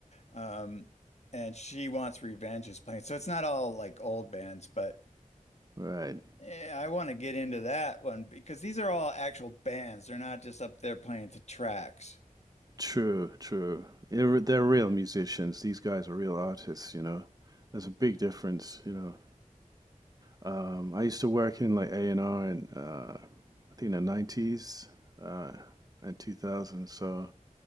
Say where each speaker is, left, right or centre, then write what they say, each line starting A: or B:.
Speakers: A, on the left; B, on the right.
A: Um, and She Wants Revenge is playing. So it's not all like old bands, but
B: Right.
A: Yeah, I want to get into that one because these are all actual bands. They're not just up there playing to tracks.
B: True, true. They're, they're real musicians. These guys are real artists, you know. There's a big difference, you know. Um, I used to work in like A&R in uh, I think the 90s uh, and 2000s, so